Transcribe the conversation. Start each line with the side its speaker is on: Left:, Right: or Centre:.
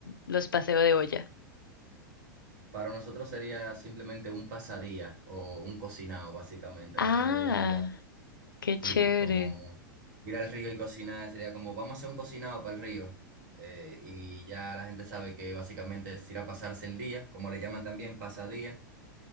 Left: los paseos de olla.
Right: Para nosotros sería simplemente un pasadía o un cocinado, básicamente.
Left: Ah,
Right: Nosotros le llamaríamos,
Left: qué chévere.
Right: sí, como ir al río y cocinar. Sería como, vamos a hacer un cocinado para el río. Eh, y ya la gente sabe que básicamente es ir a pasarse el día, como le llaman también, pasadía.